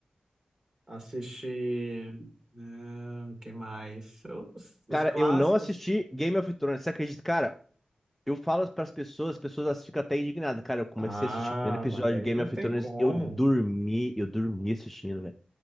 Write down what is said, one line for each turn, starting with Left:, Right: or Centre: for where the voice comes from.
Right: Assisti. ah, quem mais? Os, os
Centre: Cara,
Right: clássicos.
Centre: eu não assisti Game of Thrones, você acredita? Cara, eu falo pras pessoas, as pessoas elas ficam até indignadas. Cara, eu comecei
Right: Ah,
Centre: a assistir o primeiro episódio
Right: mas daí
Centre: de Game
Right: não
Centre: of
Right: tem
Centre: Thrones,
Right: como.
Centre: eu dormi, eu dormi assistindo, velho.